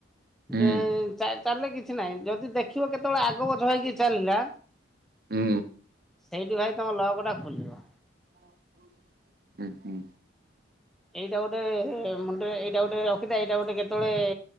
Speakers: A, on the right; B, in the centre.
A: ହୁଁ
B: ଏଁ-ଚା ଚାଲିଲେ କିଛି ନାହିଁ, ଯଦି ଦେଖିବ କେତବେଳେ ଆଗପଛ ହେଇକି ଚାଲିଲା
A: ହୁଁ।
B: ସେଇଠି ଭାଇ ତମ ଲକ ଟା ଖୋଲିବ।
A: ହୁଁ-ହୁଁ
B: ଏଇଟା ଗୋଟେ ମୁଣ୍ଡରେ ଏଇଟା ଗୋଟେ ରଖିଥା ଏଇଟା ଗୋଟେ କେତବେଳେ